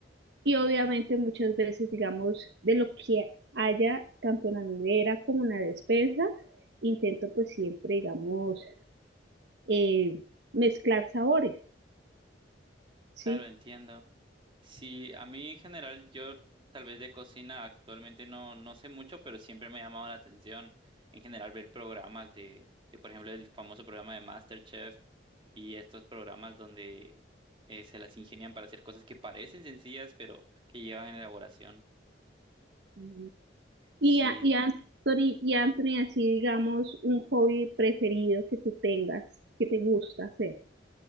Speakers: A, on the right; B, on the right.
A: Y obviamente muchas veces, digamos, de lo que haya tanto en la nevera como en la despensa, intento pues siempre, digamos, eh, mezclar sabores, ¿sí?
B: Claro, entiendo. Sí, a mí en general, yo tal vez de cocina actualmente no, no sé mucho, pero siempre me ha llamado la atención en general ver programas de, de, por ejemplo, el famoso programa de MasterChef y estos programas donde eh, se las ingenian para hacer cosas que parecen sencillas, pero que llevan elaboración.
A: Mm.
B: Sí,
A: Y, a- y Anthony, y Anthony, así digamos, un hobby preferido que tú tengas, que te gusta hacer,